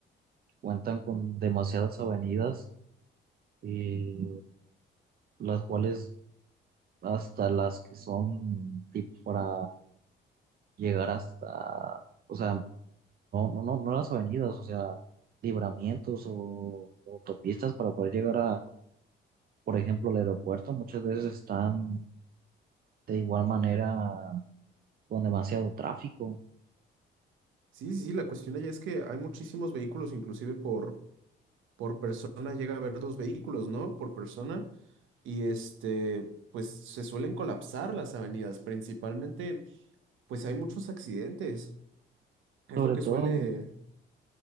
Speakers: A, on the right; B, on the right.
A: cuentan con demasiadas avenidas, eh, las cuales hasta las que son tipo para llegar hasta, o sea, no, no, no, no las avenidas, o sea, libramientos o autopistas para poder llegar a, por ejemplo, al aeropuerto, muchas veces están de igual manera con demasiado tráfico,
B: Sí, sí, sí, la cuestión allá es que hay muchísimos vehículos, inclusive por por persona llega a haber dos vehículos, ¿no? Por persona. Y este, pues se suelen colapsar las avenidas, principalmente, pues hay muchos accidentes. Es
A: sobre
B: lo que
A: todo,
B: suele.